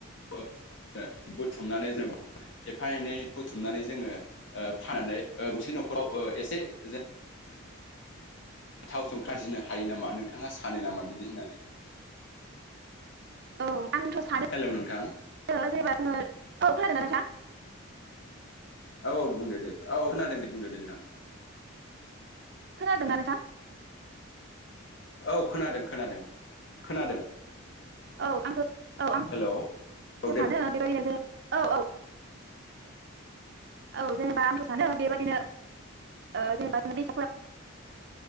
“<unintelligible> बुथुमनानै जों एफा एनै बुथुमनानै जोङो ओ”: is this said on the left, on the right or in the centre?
Left